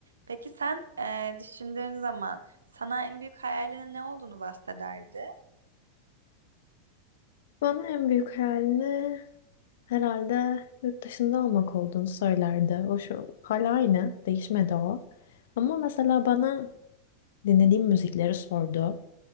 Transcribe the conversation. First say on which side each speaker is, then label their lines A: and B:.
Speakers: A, on the right; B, on the left.
A: Peki sen eee, düşündüğün zaman sana en büyük hayalinin ne olduğunu bahsederdi?
B: Bana en büyük hayalini herhalde yurt dışında olmak olduğunu söylerdi. O şu hala aynı, değişmedi o. Ama mesela bana dinlediğim müzikleri sordu.